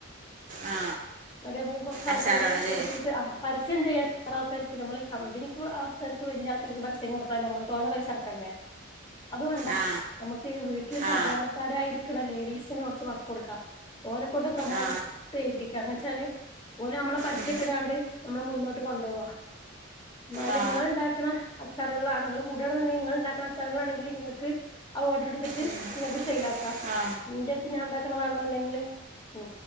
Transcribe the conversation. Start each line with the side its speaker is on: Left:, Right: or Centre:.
Right: ആ
Left: അക്കെ കുറച്ച
Right: അച്ചാറുകളല്ലേ
Left: ആൾക്കാരൊക്കെ കൂട്ടിട്ട് പരസ്യം ചെയ്യാൻ ആൾക്കാർ നമ്മൾ ഈ കമ്പനിക്ക് ആൾക്കാർക്ക് വലിയ ആൾക്കാർക്ക് പരസ്യം കൊടുത്താാല നമ്മള് തോനെ പൈസ അ നടക്കണ്ടേ അത് വേണ്ട
Right: ആ
Left: നമുക്ക് വീട്ടില് സാധാരണക്കാരായിരിക്കണ
Right: ആ
Left: ലേഡീസിന് കുറച്ച് വർക്ക് കൊടുക്കാം ഓലെക്കൊണ്ട് പ്രമോട്ട്
Right: ആ
Left: പ്പിക്ക വെച്ചാല് ഓലെ നമ്മളെ പരസ്യട്ടുംങ്ങാണ്ട്
Right: ഉം,
Left: നമ്മള് മുന്നോട്ട് കൊണ്ടു പോോവാ എന്നാല
Right: ആ
Left: ഇങ്ങ ഇണ്ടാക്കണ അച്ചാറുകളാണ നിങ്കൾ കൂടാതെ തന്നെ നിങ്ങൾ ഉണ്ടാക്കുന്ന അച്ചാുകൾാണെങ്കിൽ നിങ്ങക്ക് ആ ഓർഡർ എടുത്തിട്ട്
Right: ഉം,
Left: നിങ്ങക്ക് സെൽ ആാക്കാ
Right: ആ ആ
Left: നിന്റെ അടുത്ത് ഞാൻ ഉണ്ടാക്കണതാണെന്നണ്ടെങ്കില് ഉ